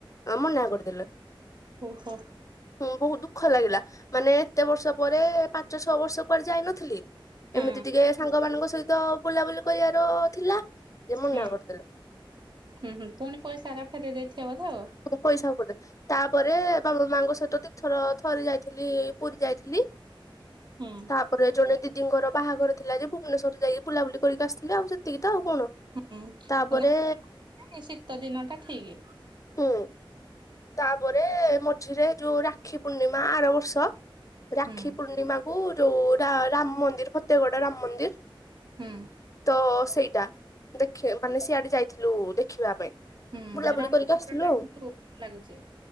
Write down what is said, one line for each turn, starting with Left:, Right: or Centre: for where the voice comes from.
Left: ମନା କରିଦେଲେ।
Right: ଓ ହୋ।
Left: ହୁଁ ବହୁତ ଦୁଃଖ ଲାଗିଲା ମାନେ ଏତେ ବର୍ଷ ପରେ ପାଞ୍ଚ ଛଅ ବର୍ଷ କୁଆଡେ ଯାଇନଥିଲି।
Right: ହଁ
Left: ଏମିତି ଟିକେ ସାଙ୍ଗ ମାନଙ୍କ ସହିତ ବୁଲାବୁଲି କରିବାର ଥିଲା ଯେ ମନା
Right: ହୁଁ
Left: କରିଦେଲେ।
Right: ହୁଁ ହୁଁ ପୁଣି ପଇସା ହେରା ଫେରେଇ ଦେଇଥିବେ ବୋଧେ ଆଉ।
Left: ପଇସା ପଦେ ତାପରେ ବାପ ମାଆଙ୍କ ସହିତ ଦିଥର ଥରେ ଯାଇଥିଲି ଏଇ ପୁରୀ ଯାଇଥିଲି।
Right: ହୁଁ।
Left: ତାପରେ ଜଣେ ଦିଦିଙ୍କର ବାହାଘର ଥିଲା ଯେ ଭୁବନେଶ୍ୱର ଯାଇକି ବୁଲାବୁଲି କରିକି ଆସିଥିଲି। ଆଉ ସେତିକି ତ ଆଉ କଣ।
Right: ହୁଁ
Left: ତାପରେ
Right: ଏଇନା ଶୀତ ଦିନ ଟା ଠିକ୍।
Left: ହୁଁ ତାପରେ ମଝିରେ ଯୋଉ ରାକ୍ଷୀ ପୂର୍ଣ୍ଣିମା ଆର ବର୍ଷ। ରାକ୍ଷୀ
Right: ହୁଁ
Left: ପୂର୍ଣ୍ଣିମା କୁ ଯୋଉ ରାମ ମନ୍ଦିର ଫତେଗଡ ରାମ ମନ୍ଦିର।
Right: ହୁଁ।
Left: ତ ସେଇଟା ଦେଖିବା ମାନେ ସିଆଡେ ଯାଇଥିଲୁ ଦେଖିବା ପାଇଁ।
Right: ହୁଁ
Left: ବୁଲାବୁଲି
Right: ରାମ
Left: କରିକି
Right: ମନ୍ଦିର
Left: ଆସିଲୁ
Right: ଟା
Left: ଆଉ
Right: କିନ୍ତୁ ଭଲ ଲାଗୁଛି